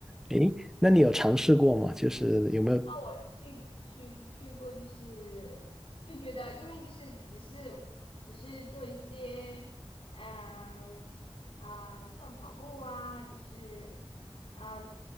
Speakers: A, in the centre; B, on the left.
A: 诶，那你有尝试过吗？就是有没有
B: 啊，我去去去过，就是就觉得，因为就是只是只是做一些，嗯啊、像跑步啊，就是啊、